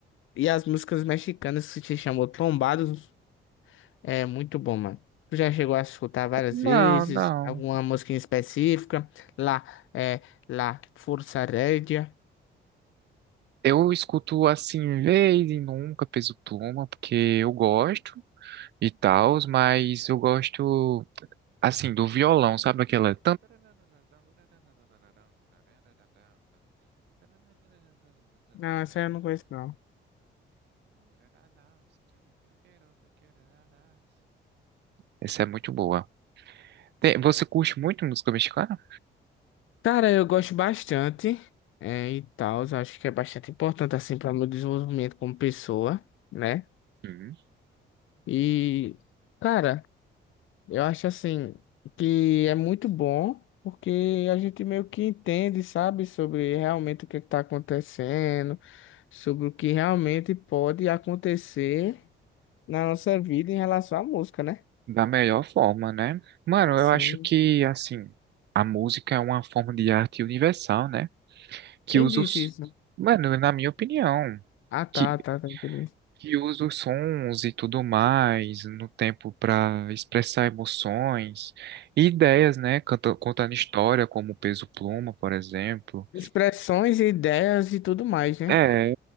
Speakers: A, on the left (about 80°); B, on the right (about 60°).
A: e as músicas mexicanas que se chamam Trombados. É muito bom, mano. Tu já chegou a escutar várias
B: Não,
A: vezes?
B: não.
A: Alguma música em específica? Lá, é, lá, Força Rédea.
B: Eu escuto assim, vez e nunca, Peso Pluma, porque eu gosto. e tals, mas eu gosto, assim, do violão, sabe aquela...
A: Não, essa eu não conheço, não.
B: Essa é muito boa. Tem- Você curte muito música mexicana?
A: Cara, eu gosto bastante, é, e tal. Acho que é bastante importante, assim, para meu desenvolvimento como pessoa, né?
B: Sim.
A: E, cara, eu acho, assim, que é muito bom, porque a gente meio que entende, sabe, sobre realmente o que está acontecendo, sobre o que realmente pode acontecer. na nossa vida em relação à música, né?
B: Da melhor forma, né? Mano, eu
A: Sim.
B: acho que, assim, a música é uma forma de arte universal, né? Que
A: Quem
B: usa
A: disse
B: os...
A: isso?
B: Mano, na minha opinião.
A: Ah, tá,
B: que,
A: tá, tá, entendi.
B: que usa os sons e tudo mais no tempo para expressar emoções e ideias, né? Canta, contando história, como o Peso Pluma, por exemplo.
A: Expressões, ideias e tudo mais, né?
B: É,